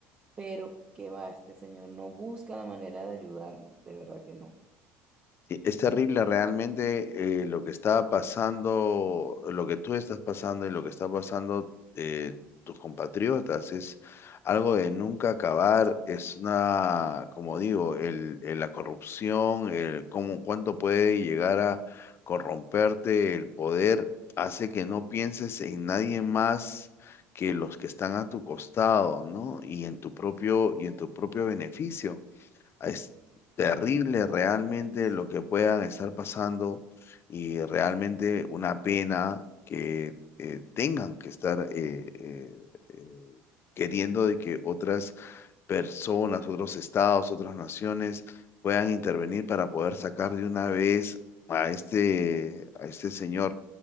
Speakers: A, on the right; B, on the left.
A: Pero qué va, este señor no busca la manera de ayudarnos, de verdad que no.
B: Sí, Es terrible realmente eh, lo que está pasando, lo que tú estás pasando y lo que está pasando eh, tus compatriotas. Es algo de nunca acabar. Es una, como digo, el, el- la corrupción, el cómo, cuánto puede llegar a corromperte el poder, hace que no pienses en nadie más que los que están a tu costado, ¿no? Y en tu propio, y en tu propio beneficio. Es terrible realmente
A: No sé.
B: lo que puedan estar pasando y realmente una pena que eh, tengan que estar eh, eh, eh, queriendo de que otras personas, otros estados, otras naciones puedan intervenir para poder sacar de una vez a este, a este señor,